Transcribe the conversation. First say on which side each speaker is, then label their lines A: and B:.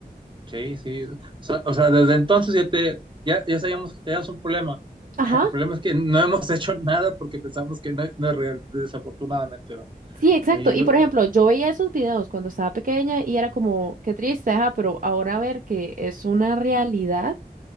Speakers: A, on the right (about 30°); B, on the right (about 60°).
A: Sí, sí. O sea, o sea, desde entonces ya, te, ya, ya sabíamos que teníamos un problema.
B: Ajá.
A: <laughs> El problema es que no hemos <laughs> hecho nada porque pensamos que no, no es real, desafortunadamente. ¿va?
B: Sí, exacto.
A: Eh,
B: Y
A: yo,
B: por ejemplo, yo veía esos videos cuando estaba pequeña y era como, qué triste, ajá, pero ahora ver que es una realidad